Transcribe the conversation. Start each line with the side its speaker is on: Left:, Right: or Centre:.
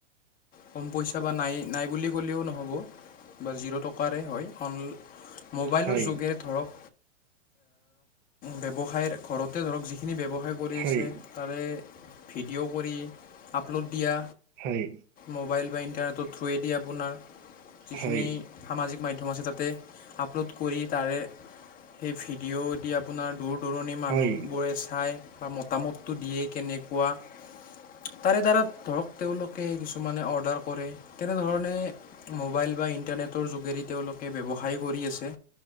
Left: কম পইচা বা নাই নাই বুলি ক'লেও নহ'ব বা জিৰ' টকা কোৱাৰে হয় অন মোবাইলৰ
Right: হয়
Left: যোগেৰে ধৰক ব্যৱসায়ৰ ঘৰতে ধৰক যিখিনি ব্যৱসায় কৰি
Right: হয়
Left: আছে। তাৰে ভিডিঅ' কৰি আপলোড দিয়া।
Right: হয়।
Left: মোবাইল বা ইণ্টাৰনেটৰ থ্ৰুৱেদি আপোনাৰ যিখিনি
Right: হয়
Left: সামাজিক মাধ্যম আছে তাতে আপলোড কৰি তাৰে সেই ভিডিঅ' দি আপোনাৰ দূৰ দূৰণি মানুহবোৰে
Right: হয়
Left: চায় বা মতামতটো দিয়ে কেনেকুৱা তাৰে দ্বাৰা ধৰক তেওঁলোকে কিছুমানে অৰ্ডাৰ কৰে তেনেধৰণে মোবাইল বা ইণ্টাৰনেটৰ যোগেদি তেওঁলোকে ব্যৱসায় কৰি আছে।